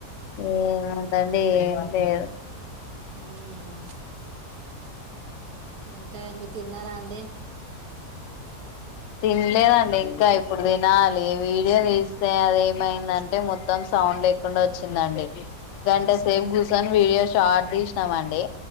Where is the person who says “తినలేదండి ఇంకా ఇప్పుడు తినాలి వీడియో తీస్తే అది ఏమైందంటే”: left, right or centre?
Left